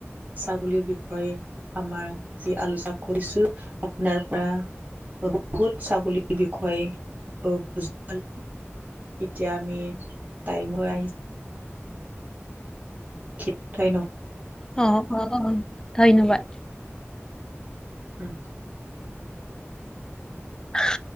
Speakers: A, on the right; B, on the left.
A: ছাগলীৰ বিষয়ে আমাৰ যি আলোচনা কৰিছো আপোনাৰ পৰা বহুত ছাগলীৰ বিষয়ে বুজি পালো এতিয়া আমি টাইম হৈ আহি <unintelligible>
B: অ অ অ ধন্যবাদ
A: উম
B: <unintelligible>